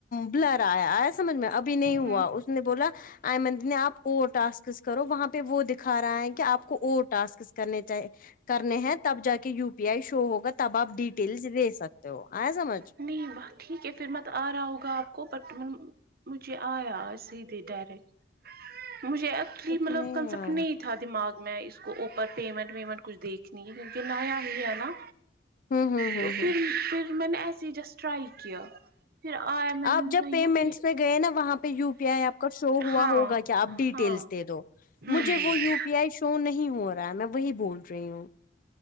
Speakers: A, on the left (about 50°); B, on the right (about 55°).
A: بلرایا آیا سمجھ میں ابھی نہیں ہوا
B: ہوں
A: اس نے بولا آئ مندر نے آپ اور ٹسکس کرو وہاں پہ وہ د کھا رہا ہے کہ آپ کو اورور ٹسک کرنےچھ کرنے ہیں تب جا کے یو پی آئی شو ہوگا تو تب آپ ڈیٹیل دے سکتے ہو آئے سمجھ
B: نہیں ب ٹھیک ہے پھر میں تو آ رہا ہوگا آپ کو پتا مجھے آیاج سیدھے ڈائریکٹ مجھے ایکچولی
A: مجھے
B: مطلب کنسپٹ
A: آیا
B: نہیں تھا دماغ میں اس کو اوپر پیمنٹ ویمنٹ کچھ دیکھنی ہے کیونکہ نیا ہی ہے نا
A: ہوں ہوں ہوں
B: تو
A: ہوں
B: پھر پھر میں نے ایسے ہی جسٹ ٹرائی کیا پھر آیا م
A: آپ جب
B: نے
A: پیمنٹس
B: یو پی
A: میں گئے نا وہاں پہ یو پی آئی آپ کا شو ہوا
B: ہاں
A: ہوگا کہ آپ ڈیٹیلس
B: ہاں
A: دے دو
B: ہوں
A: مجھے وہ یو پی پی آئی شو نہیں ہو رہا ہے میں وہی بول رہی ہوں